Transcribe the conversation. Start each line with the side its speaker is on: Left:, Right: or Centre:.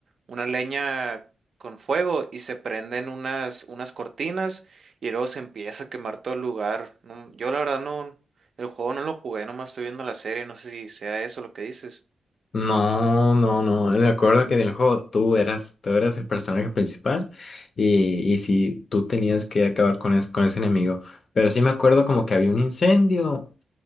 Right: una leña con fuego y se prenden unas, unas cortinas y luego se empieza a quemar todo el lugar. No, yo la verdad no, el juego no lo jugué, nomás estoy viendo la serie, no sé si sea eso lo que dices.
Left: No, no, no. Me acuerdo que en el juego tú eras, tú eras el personaje principal y, y sí, tú tenías que acabar con, es- con ese enemigo. Pero sí me acuerdo como que había un incendio